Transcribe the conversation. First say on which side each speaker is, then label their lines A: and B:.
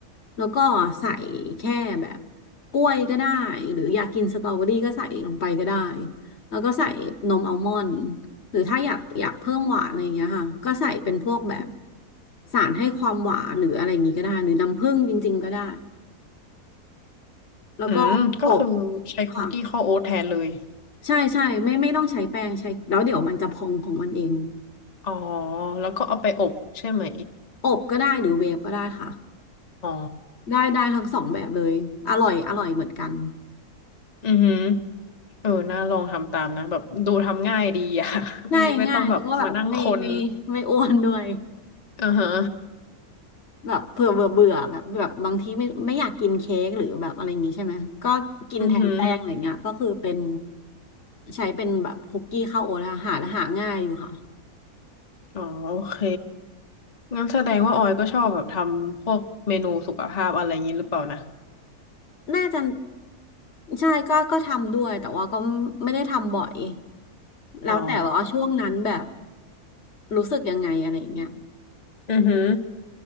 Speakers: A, on the left; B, on the left.
A: แล้วก็ใส่แค่แบบกล้วยก็ได้หรืออยากกินสตรอเบอรี่ก็ใส่ลงไปก็ได้แล้วก็ใส่นมอัลมอนด์หรือถ้าอยากอยากเพิ่มหวานอะไรอย่างเงี้ยค่ะก็ใส่เป็นพวกแบบสารให้ความหวานหรืออะไรอย่างงี้ก็ได้หรือน้ำผึ้งจริงๆก็ได้ แล้วก็อบ
B: อืมก็คือใช้คุกกี้ข้าวโอ๊ตแทนเลย
A: ค่ะใช่ใช่ไม่ไม่ต้องใช้แป้งใช้แล้วเดี๋ยวมันจะพองของมันเอง
B: อ๋อแล้วก็เอาไปอบใช่ไหม
A: อบก็ได้หรือเวฟก็ได้ค่ะ
B: อ๋อ
A: ได้ได้ทั้งสองแบบเลยอร่อยอร่อยเหมือนกัน
B: อือหือเออน่าลองทำตามนะแบบดูทำง่ายดีอ่ะ <laughs> ไม่ไม่ต้องแบบมานั่งคน
A: ง่ายง่ายแล้วก็แบบไม่ไม่ไม่อ้วนด้วย
B: อือฮะ
A: แบบเผื่อเบื่อเบื่อแบบแบบบางทีไม่ไม่อยากกินเค้กหรือแบบอะไรอย่างงี้ใช่ไหมก็กินแทนแป้งอะไรเงี้ยก็คือเป็น
B: อือหือ
A: ใช้เป็นแบบคุกกี้ข้าวโอ๊ตค่ะหาหาง่ายอยู่ค่ะ
B: อ๋อโอเคงั้นแสดงว่าออยก็ชอบแบบทำพวกเมนูสุขภาพอะไรอย่างนี้หรือเปล่านะ
A: น่าจะใช่ก็ก็ทำด้วยแต่ว่าก็ไม่ได้ทำบ่อยแล้วแต่ว่าช่วงนั้นแบบ
B: อ๋อ
A: รู้สึกยังไงอะไรอย่างเงี้ย
B: อือหือ